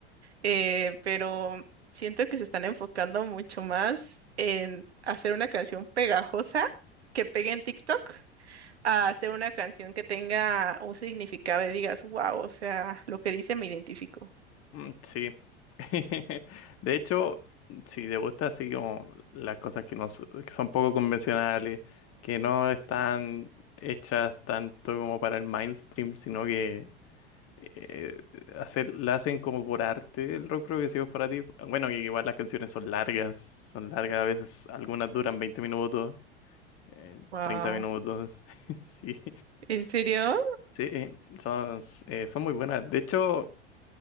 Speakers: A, on the right (about 80°); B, on the left (about 45°).
A: eh, pero siento que se están enfocando mucho más en hacer una canción pegajosa que pegue en TikTok, a hacer una canción que tenga un significado y digas, wow, o sea, lo que dice me identifico.
B: Mm, Sí. <laughs> De hecho, si te gusta así como las cosas que no s- que son poco convencionales, que no están hechas tanto como para el mainstream, sino que eh, hacer, la hacen como por arte el rock progresivo es para ti. Bueno, y igual las canciones son largas, son largas, a veces algunas duran 20 minutos, eh,
A: Wow,
B: 30 minutos. <laughs> Sí,
A: ¿en serio?
B: sí, son, eh, son muy buenas. De hecho.